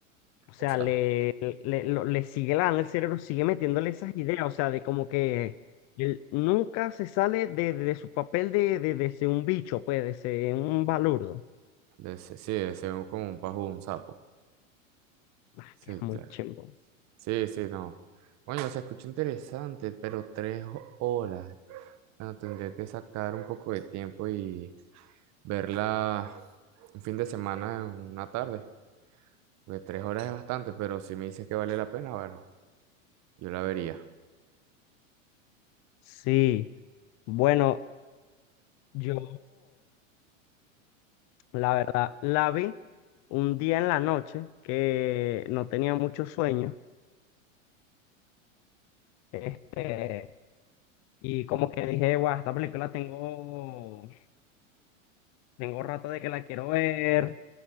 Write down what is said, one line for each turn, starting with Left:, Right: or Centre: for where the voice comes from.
Left: O sea,
Right: O sea,
Left: le, le, lo- le sigue lavando el cerebro, sigue metiéndole esas ideas, o sea, de como que él nunca se sale de, de su papel de, de, de ser un bicho, pues, de ser un balurdo.
Right: de- sí, sí, es un- como un pajo, un sapo.
Left: Ah,
Right: Sí,
Left: que es muy
Right: claro.
Left: chimbo.
Right: Sí, sí, no. Bueno, se escucha interesante, pero tres ho- horas. Bueno, tendría que sacar un poco de tiempo y verla un fin de semana, en una tarde. Porque tres horas es bastante, pero si me dices que vale la pena, bueno, yo la vería.
Left: Sí, bueno, yo, la verdad, la vi un día en la noche que no tenía mucho sueño, este, y como que dije, guau, esta película tengo, tengo rato de que la quiero ver.